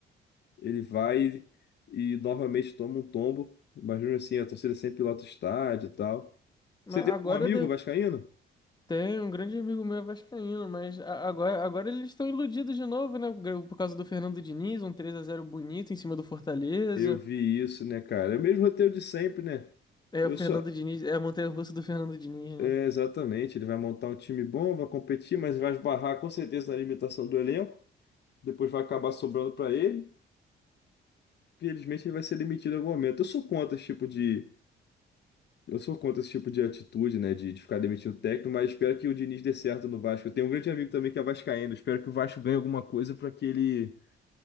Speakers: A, on the left; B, on the left.
A: Ele vai e novamente toma um tombo. imagina assim, a torcida sempre lota o estádio e tal.
B: mas
A: Você tem
B: agora
A: algum amigo vascaíno?
B: Tem um grande amigo meu é vascaíno, mas a- agora, agora eles estão iludidos de novo, né? Por causa do Fernando Diniz, um 3 a 0 bonito em cima do Fortaleza.
A: Eu vi isso, né, cara? É o mesmo roteiro de sempre, né?
B: É
A: Eu
B: o Fernando
A: só.
B: Diniz, é a montanha-russa do Fernando Diniz,
A: É,
B: né?
A: exatamente. Ele vai montar um time bom, vai competir, mas vai esbarrar com certeza na limitação do elenco. Depois vai acabar sobrando para ele. Infelizmente, ele vai ser demitido em algum momento. Eu sou contra esse tipo de Eu sou contra esse tipo de atitude, né? De, de ficar demitindo o técnico, mas espero que o Diniz dê certo no Vasco. Eu tenho um grande amigo também que é vascaíno. Espero que o Vasco ganhe alguma coisa para que ele,